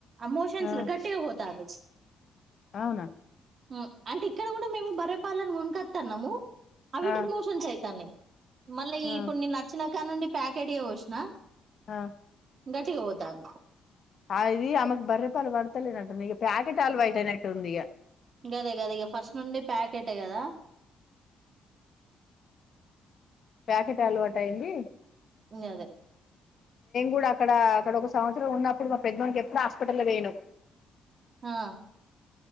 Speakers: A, on the right; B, on the left.
A: అమోషన్స్
B: ఆ
A: లో గట్టి గపోతాంది
B: అవునా
A: హ అంటే ఇక్కడ కూడా మేము బర్రెపాలను కొన్కత్తాన్నాము అవిటికి
B: ఆ
A: మోషన్స్ అయితాన్నయి మళ్ళీ
B: ఆ
A: ఇప్పుడు నిన్నచ్చిన నుండి ప్యాకెట్ ఏ వోశ్న
B: ఆ
A: గటిగబోతాం
B: ఆయిది ఆమగ్ బరే పాల్ వాడుత టున్నయి ప్యాకెట్ ఆల్వాట్ అయినయి ఉందిగ
A: గదె గదె ఇగ ఫస్ట్ నుండి ప్యాకెటే గదా
B: ప్యాకెట్ అలవా టైంది
A: ఇం అదే
B: కూడా అక్కడ అక్కడ ఒక సంవత్సరం ఉన్నప్పుడు మా పెద్ద మనకి ఎప్పుడు హాస్పిటల్ వేను
A: హా